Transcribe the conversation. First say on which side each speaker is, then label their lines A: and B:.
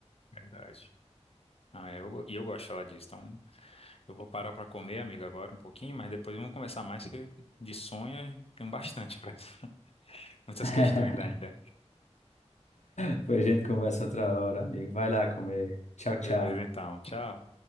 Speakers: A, on the left; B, on the left.
A: verdade. Ah, é, eu, e eu gosto de falar disso. Então, eu vou parar para comer, amigo, agora um pouquinho, mas depois vamos conversar mais, que de sonho tem bastante para <laughs> muitas
B: <laughs>
A: questões ainda.
B: Depois a gente conversa outra hora, amigo. Vai lá comer. Tchau, tchau.
A: Beleza, então. Tchau.